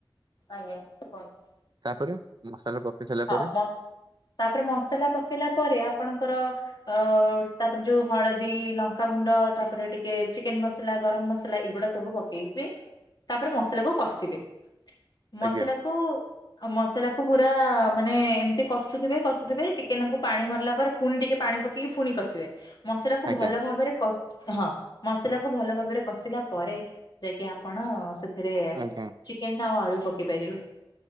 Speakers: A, on the left; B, on the right.
A: ଆଜ୍ଞା କୁହନ୍ତୁ?
B: ତାପରେ ମସଲା ପକେଇ ସାରିଲା
A: ହଁ
B: ପରେ।
A: ମ ତାପରେ ମସଲା ପକେଇଲା ପରେ ଆପଣଙ୍କର ଅ ତାପରେ ଯୋଉ ହଳଦୀ ଲଙ୍କାଗୁଣ୍ଡ ତାପରେ ଟିକେ ଚିକେନ ମସଲା ଗରମ ମସଲା ଏଇଗୁଡାକ ସବୁ ପକେଇବେ ତାପରେ ମସଲା କୁ କଷିବେ ମସଲା
B: ଆଜ୍ଞା
A: କୁ ମସଲା କୁ ପୁରା ମାନେ ଏମତି କଷୁଥିବେ କଷୁଥିବେ ଟିକେ ତାଙ୍କୁ ପାଣି ମରିଲା ପରେ ପୁଣି ଟିକେ ପାଣି ପକେଇକି ପୁଣି କସିବେ। ମସଲା କୁ
B: ଆଜ୍ଞା
A: ଭଲ ଭାବରେ କଶି ହଁ। ମସଲା କୁ ଭଲ ଭାବରେ କଷିଲା ପରେ ଯାଇକି ଆପଣ ସେଥିରେ
B: ଆଜ୍ଞା
A: ଚିକେନ ଆଉ ଆଳୁ ପକେଇ ପାରିବେ।